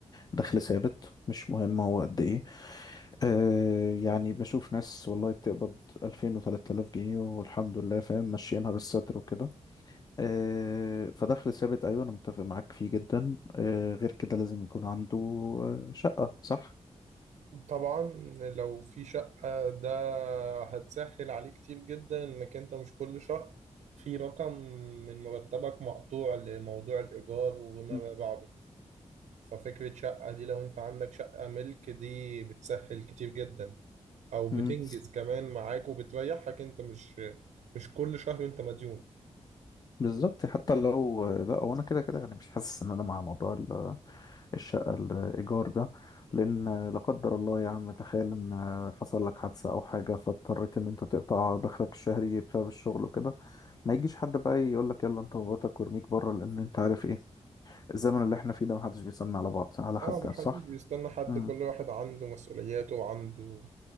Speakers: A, on the left (about 35°); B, on the right (about 85°).
A: دخل ثابت مش مهم هو قد إيه آه، يعني بشوف ناس والله بتقبض 2000 و3000 جنيه والحمد لله فاهم ماشيينها بالستر وكده آه، فدخل ثابت أيوه أنا متفق معاك فيه جدا آه، غير كده لازم يكون عنده آه، شقة صح؟
B: طبعا لو في شقة ده هتسهل عليه كتير جدا انك انت مش كل شهر في رقم من مرتبك مقطوع لموضوع الإيجار وما
A: مم.
B: بعده ففكرة شقة دي لو انت عندك شقة ملك دي بتسهل كتير جدا او بتنجز
A: مم.
B: كمان معاك وبتريحك انت مش مش كل شهر انت مديون
A: بالظبط حتى لو لا هو انا كده كده يعني مش حاسس ان انا مع موضوع ال- الشقه الايجار ده لان لا قدر الله يا عم تخيل ان حصل لك حادثه او حاجه فاضطريت ان انت تقطع دخلك الشهري بسبب الشغل وكده ما يجيش حد بقى يقول لك يلا انت ومراتك وارميك بره لان انت عارف ايه الزمن اللي احنا فيه ده محدش بيسمع على بعض على حد
B: اه
A: صح
B: محدش بيستنى حد
A: امم
B: كل واحد عنده مسؤولياته وعنده